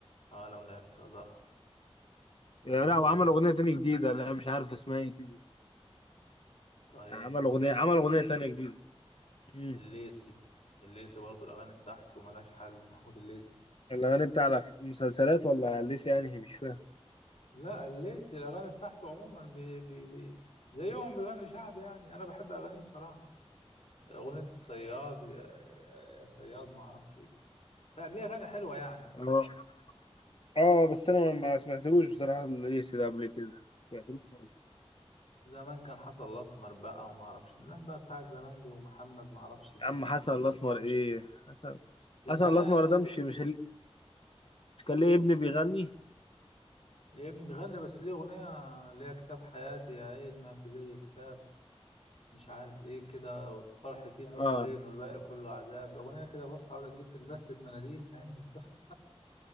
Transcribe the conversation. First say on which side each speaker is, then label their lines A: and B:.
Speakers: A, on the left; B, on the left.
A: اه لو لعبت زهر واتبدلت
B: لا لا، وعمل اغنية تانية جديدة لا مش عارف اسمها ايه كده
A: طيب
B: عمل اغنية عمل اغنية تانية جديدة امم
A: والليسي الليسي برضو الاغاني بتاعته ملهاش حل محمود الليسي
B: الاغاني بتاع المسلسلات ولا ليسي يعني مش فاهم
A: لا الليسي الاغاني بتاعته عموما بي بي بي زيهم بيغني شعب يعني انا بحب اغانيه بصراحة اغنية الصياد يا, يا صياد ما اعرفش ايه فقبليه اغاني حلوة يعني
B: اه اه بس انا ما ما سمعتلوش بصراحة ليسي ده قبل كده ما سمعتلوش خالص
A: زمان كان حصل الاسمر بقى وما اعرفش الناس بقى بتاعت زمان دي ومحمد ما اعرفش مين
B: يا عم حسن
A: والناس
B: الاسمر
A: فاهم
B: ايه حسن
A: زمان
B: حسن الاسمر
A: انا
B: ده
A: كده
B: مش مش ال- مش كان ليه ابن بيغني
A: ليه ابني بيغني بس ليه اغنيه اللي هي كتاب حياتي يا عين ما في زي كتاب مش عارف ايه كده والفرح فيه سطرين
B: اه
A: والباقي كله عذاب اغنيه كده بص عاوز اجيب كده دسه مناديل فاهم وتف-